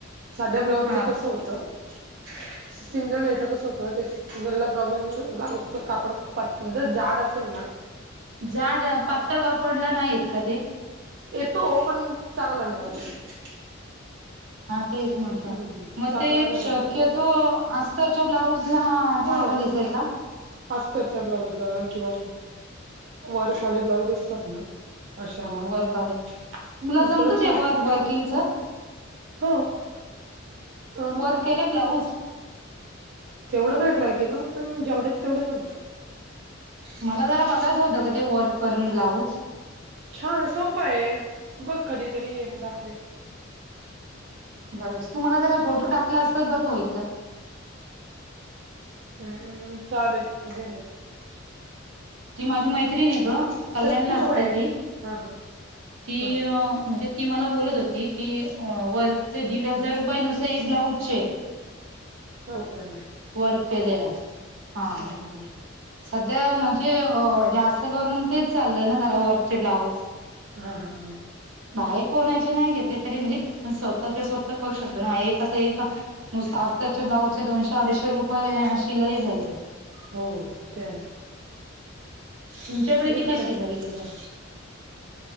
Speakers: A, on the right; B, on the right.
A: साध्या ब्लाऊजच
B: हा
A: कसं होतं
B: <unintelligible>
A: सिंगल हयाच कसं होतं ते सिंगलला प्रॉब्लेम येतो कापड पा जर जाड असेल ना
B: जाड, अ पातळ कापडला नाय येत का ते?
A: येतो. पण चांगला नाय वाटतं.
B: हा, तेच म्हटलं
A: हम्म
B: म
A: चांगला
B: ते,
A: नाही
B: शक्यतो
A: वाटत तो
B: अस्तरच्या ब्लाऊजला
A: हा
B: चांगला दिसेल का?
A: अस्तरच्या ब्लाऊजला किंवा वर्कवाले ब्लाऊज असतात ना अशाना
B: हा
A: हम्म
B: वर्कवाले तुला जमतं
A: त्याला
B: ते
A: छान
B: वर
A: ये,
B: वर्किंगच?
A: हो. अ
B: तू वर्क केलेय ब्लाऊज?
A: केवढ्या वेळा ट्राय केल पण जेवढ्यात तेवढं जमतं.
B: मला जरा बघायचं होतं ग ते वर्क करून ब्लाऊज
A: छान सोपं ये. बघ कधीतरी ये म दाखवीन.
B: बरेचं तु मला जरा फोटो टाकला असता, बरं होईल गं
A: हम्मम्म चालेल. <unintelligible>
B: ती माझी मैत्रीणी ये ग, कल्याणला
A: तस पण
B: असते
A: सोय आहे.
B: ती.
A: हा हा
B: ती
A: हा
B: म्हणजे ती मला बोलत होती की, वर्क चे दीड हजार रुपये नुसते एक ब्लाऊजचे
A: हो का?
B: वर्क केलेला. हा
A: अ हं हं हं
B: सध्या म्हणजे अ जास्त करून तेच चाललंय ना जरा वर्क चे ब्लाऊज.
A: हा हा
B: बाहेर कोणाचे नाय घेतले तरी म्हणजे आपण स्वतःचे स्वतः करू शकतो ना एक आता एका नुसता अस्तरच्या ब्लाऊजचे दोनशे अडीचशे रुपये शिलाई झाले.
A: हो ते हाय
B: तुमच्याकडे किती
A: खरं
B: शिलाई
A: आहे.
B: घेतात?